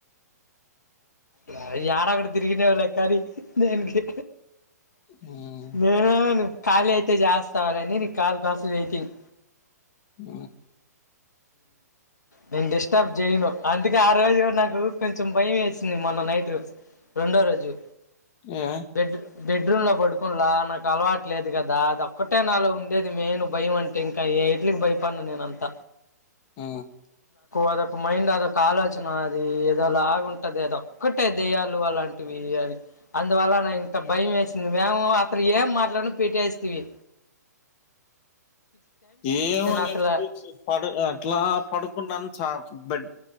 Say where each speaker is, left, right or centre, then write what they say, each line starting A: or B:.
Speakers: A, on the left; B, on the left.
A: లయి ఏడ అవకూడదు తిరిగినావులే కాని నేను కే
B: హ్మ్
A: నేను ఆగను ఖళీ అయితే చేస్తవ్లేఅని నీకు కాల్ కోసం వెయిటింగ్
B: ఉ
A: నేను డిస్టర్బ్ చేయను అందుకే ఆ రోజు కూడా నాకు కొంచెం భయం వేసింది మేనం నైట్ రెండో రోజు
B: య
A: బెడ్ బెడ్రూమ్ లో పడుకున్నలా నాకు అలవాటు లేదు కదా అది ఒక్కటే నాలో ఉండేది మెయిన్ భయం అం టె ఇంకా ఏట్లికి భయపడను నేనంత
B: ఉ
A: అదొక మైండ్ అదొక ఆలోచన అది ఏదో లాగుంటది అదొక్కటే దేయాలు అలాంటివి అది అందువల్ల నా ఇంత భయం వేసింది మేము అక్కడ ఏం మాట్లాడిన పీట్టేస్థివి
B: ఏమో నేను
A: అసలు
B: పడు అట్లా పడుకున్నాను చ బెడ్